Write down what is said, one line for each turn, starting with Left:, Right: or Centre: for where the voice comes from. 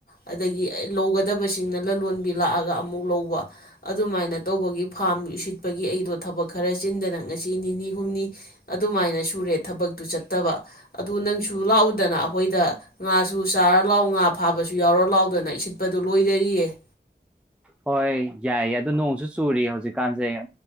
Left: ꯑꯗꯒꯤ ꯂꯧꯒꯗꯕꯁꯤꯡꯅ ꯂꯂꯣꯟꯕꯤ ꯂꯥꯛꯑꯒ ꯑꯃꯨꯛ ꯂꯧꯕ ꯑꯗꯨꯃꯥꯏꯅ ꯇꯧꯕꯒꯤ ꯐꯥꯝꯗꯨ ꯏꯁꯤꯠꯄꯒꯤ ꯑꯩꯗꯣ ꯊꯕꯛ ꯈꯔ ꯆꯤꯟꯗꯅ ꯉꯁꯤ ꯅꯤꯅꯤ ꯍꯨꯝꯅꯤ ꯑꯗꯨꯃꯥꯏꯅ ꯁꯨꯔꯦ ꯊꯕꯛꯇꯨ ꯆꯠꯇꯕ ꯑꯗꯨ ꯅꯪꯁꯨ ꯂꯥꯛꯎꯗꯅ ꯑꯩꯈꯣꯏꯗ ꯉꯥꯁꯨ ꯆꯥꯔ ꯂꯥꯎ ꯉꯥ ꯑꯐꯥꯕꯁꯨ ꯌꯥꯎꯔ ꯂꯥꯎꯗꯅ ꯏꯁꯤꯠꯄꯗꯨ ꯂꯣꯏꯗꯔꯤꯌꯦ
Centre: ꯍꯣꯏ ꯌꯥꯏꯌꯦ ꯑꯗ ꯅꯣꯡꯁꯨ ꯆꯨꯔꯤ ꯍꯧꯖꯤꯛꯀꯥꯟꯁꯦ